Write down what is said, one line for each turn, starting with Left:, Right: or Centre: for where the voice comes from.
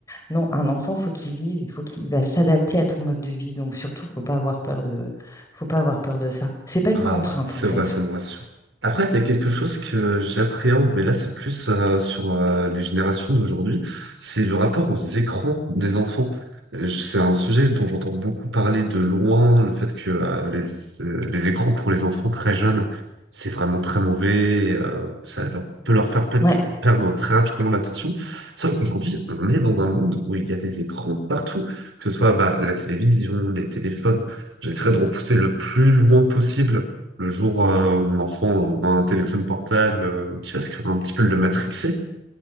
Left: non, un enfant faut qu'il vive, il faut qu'il va s'adapter à ton mode de vie, donc surtout faut pas avoir peur de, faut pas avoir peur de ça. C'est pas
Right: Ah,
Left: une contrainte
Right: c'est
Left: en fait.
Right: vrai, ça me rassure. Après, il y a quelque chose que j'appréhende, mais là, c'est plus euh, sur euh, les générations d'aujourd'hui, c'est le rapport aux écrans des enfants. Euh, C'est un sujet dont j'entends beaucoup parler de loin, le fait que euh, les, euh, les écrans pour les enfants très jeunes, c'est vraiment très mauvais, euh, ça leur- peut leur faire pet-
Left: Ouais.
Right: perdre très rapidement l'attention. Sauf qu'aujourd'hui, on est dans un monde où il y a des écrans partout, que ce soit bah, la télévision, les téléphones. J'essaierai de repousser le plus loin possible le jour euh, où l'enfant aura un téléphone portable euh, qui risquera un petit peu de le matrixer.